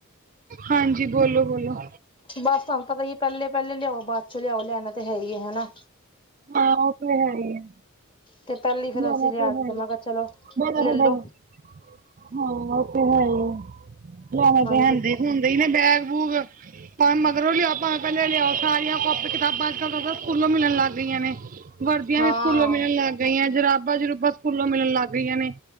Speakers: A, on the right; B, on the left.
A: ਹਾਂਜੀ ਬੋਲੋ-ਬੋਲੋ।
B: ਬਸ ਤੁਆਨੂੰ ਤਾਂ ਪਤਾ ਈ ਐ ਪੈਲੇ-ਪੈਲੇ ਲਿਆਓ ਬਾਅਦ ਚੋਂ ਲਿਆਓ ਲਿਆਣਾ ਤਾਂ ਹੈ ਏ ਹੈਨਾ
A: ਹਾਂ ਓ ਤੇ ਹੈ ਈ ਐ।
B: ਤੇ ਪਹਿਲੀ ਫੇਰ
A: ਗਿਆਰਾਂ
B: ਅਸੀਂ ਲਿਆ
A: ਸੌ ਦਾ,
B: ਤੇ ਮੈਂ ਕਿਹਾ ਚਲੋ
A: ਗਿਆਰਾਂ
B: ਲੈਲੋ
A: ਸੌ ਦਾ ਈ ਐ। ਹਾਂ ਓ ਤੇ ਹੈ ਈ <unintelligible>
B: ਹਾਂਜੀ
A: ਨੇ ਬੈਗ ਬੂਗ ਭਾਵੇ ਮਗਰੋਂ ਲਿਆਓ ਭਾਵੇਂ ਪੈਲੇ ਲਿਆਓ ਸਾਰੀਆਂ ਕਾਪੀ ਕਿਤਾਬਾਂ ਜਦੋਂ ਤੋਂ ਸਕੂਲੋਂ ਮਿਲਣ ਲੱਗ ਗਈਆਂ ਨੇ ਵਰਦੀਆਂ
B: ਹਾਂ
A: ਵੀ ਸਕੂਲੋਂ ਮਿਲਣ ਲੱ ਗਈਆਂ ਨੇ, ਜਰਾਬਾਂ ਸਕੂਲੋਂ ਮਿਲਣ ਲੱਗ ਗਈਆਂ ਨੇ।